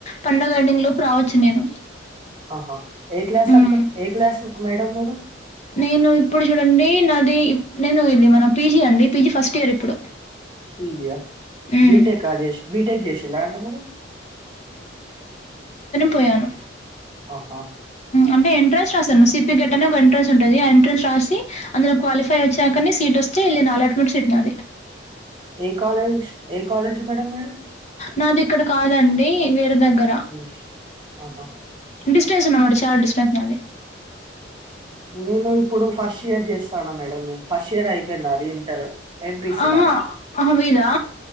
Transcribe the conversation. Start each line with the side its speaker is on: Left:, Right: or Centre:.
Left: పండగ ఎండింగ్ లోపు రావచ్చు నేను
Right: ఆహా ఏ క్లాస్
Left: హ్మ్
Right: ఏ క్లాస్ మేడమ్ మీరు
Left: నేను ఇప్పుడు చూడండి నాది నేను ఇది మన పీజీ అండి పీజీ ఫస్ట్ ఇయర్ ఇప్పుడు
Right: పీజీ ఆ
Left: హ్మ్
Right: బీటెక్ చేసి బీటెక్ చేసిండ్రా అండి మీరు
Left: పోయను
Right: ఆహా
Left: అంటే ఎంట్రెన్స్ రాశాను సి. పి. గేట్ అని ఒక ఎంట్రన్స్ వుంటాది ఎంట్రన్స్ రాసి అందులో క్వాలిఫై వచ్చాకనే సీట్ వస్ త్తే ఎల్లినా లెట్ మెట్ సీట్ నాది
Right: ఏ కాలేజ్ ఏ కాలేజ్ మేడమ్ మీరు
Left: నాది ఇక్కడ కాదండి వేరే దగ్గర
Right: ఉమ్, ఆహా
Left: డిస్టెన్స్ ఉన్నా మ చాలా డిస్టెన్స్ మాది
Right: నేను ఇప్పుడు ఫస్ట్ ఇయర్ చేస్తానా మేడం ఫస్ట్ ఇయర్ అయిపోయింది నాది ఇంటర్ ఎంపీసీ
Left: ఆహా
Right: నాది
Left: అహ మీదా